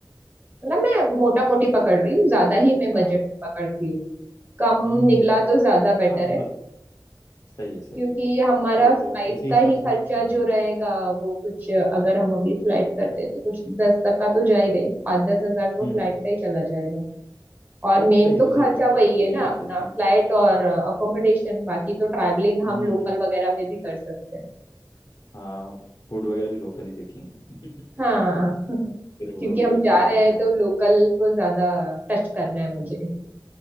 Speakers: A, on the right (about 25°); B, on the left (about 55°).
A: मतलब मैं मोटा मोटी
B: चलो
A: पकड़ रही हूँ ज्यादा ही मैं बजट
B: हाँ
A: में पकड़ती हूँ कम
B: हम्म हम्म,
A: निकला
B: हम्म,
A: तो ज्यादा बेटर
B: हाँ मतलब
A: है
B: सही है सही
A: क्योंकि
B: है
A: ये हमारा
B: तो
A: फ्लाइट
B: उसी हिसाब
A: का ही
B: से
A: खर्चा
B: हाँ
A: जो रहेगा वो कुछ अगर हम अभी फ्लाइट करते हैं तो कुछ दस तक का तो जाएगा ही पाँच दस हजार तो
B: हम्म
A: फ्लाइट
B: हम्म,
A: का ही चला जाएगा और
B: चलो
A: मेन
B: सही है
A: तो
B: उसी
A: खर्चा
B: का अकॉर्डिंग
A: वही है
B: लेके
A: ना अपना
B: चलते
A: फ्लाइट
B: हैं
A: और अकोमोडेशन बाकी तो ट्रैवलिंग
B: हम्म
A: हम
B: हम्म
A: लोकल
B: हम्म,
A: वगैरह में भी कर सकते हैं
B: हाँ फूड वगैरह भी लोकल ही देखेंगे
A: हाँ
B: <laughs>
A: <laughs>
B: फिर वो
A: क्योंकि
B: भी
A: हम
B: तो एक्सप्लोर
A: जा रहे
B: करना
A: हैं तो
B: है
A: लोकल को ज्यादा टच करना है मुझे
B: हम्म,